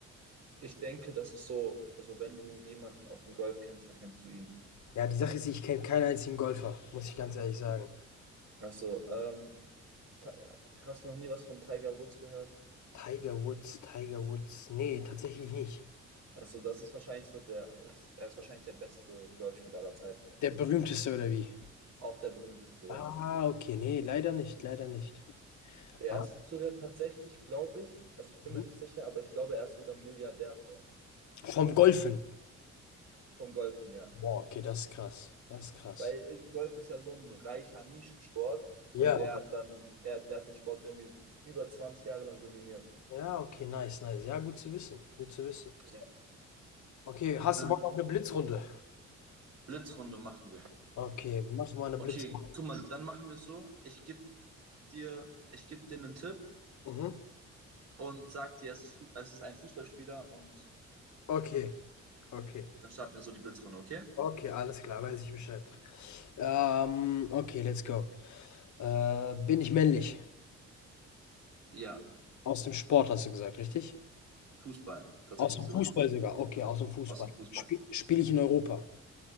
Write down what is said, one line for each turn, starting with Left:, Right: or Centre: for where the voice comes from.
Right: ich denke, das ist so, also wenn du jemanden aus dem Golf kennst, dann kennst du ihn.
Left: Ja, die Sache ist, ich kenne keinen einzigen Golfer, muss ich ganz ehrlich sagen.
Right: Also, ähm, Ti- hast du noch nie was von Tiger Woods gehört?
Left: Tiger Woods, Tiger Woods. Nee, tatsächlich nicht.
Right: Also, das ist wahrscheinlich so der, er ist wahrscheinlich der beste Golfspieler aller Zeiten und
Left: Der berühmteste oder wie?
Right: auch der berühmteste,
Left: Ah,
Right: ja.
Left: okay. Nee, leider nicht, leider nicht.
Right: Er
Left: Ah,
Right: ist sogar tatsächlich, glaube ich, also ich bin mir
Left: mhm.
Right: nicht sicher, aber ich glaube, er ist sogar Milliardär schon.
Left: vom Golfen.
Right: Vom Golfen, ja.
Left: Boah, okay, das ist krass. Das ist krass.
Right: Weil äh, Golf ist ja so ein reicher Nischensport
Left: Ja.
Right: und der hat dann, er, der hat den Sport irgendwie über 20 Jahre lang dominiert.
Left: Ja, okay, nice, nice. Ja, gut zu wissen. Gut zu wissen.
Right: Ja.
Left: Okay, hast
Right: Ähm,
Left: du Bock auf eine Blitzrunde?
Right: Blitzrunde machen wir.
Left: Okay, wir machen mal eine
Right: Okay,
Left: Blitzrunde.
Right: guck mal, dann machen wir es so. Ich gebe dir, ich geb dir einen Tipp
Left: Mhm.
Right: und sag dir, es ist, es ist ein Fußballspieler und
Left: Okay, okay.
Right: dann starten wir so die Blitzrunde, okay?
Left: Okay, alles klar, weiß ich Bescheid. Ähm, okay, let's go. Äh, bin ich männlich?
Right: Ja,
Left: Aus dem Sport hast du gesagt, richtig?
Right: Fußball, tatsächlich
Left: Aus dem
Right: sogar.
Left: Fußball sogar. Okay, aus dem Fußball.
Right: Aus dem Fußball.
Left: Spiel, spiele ich in Europa?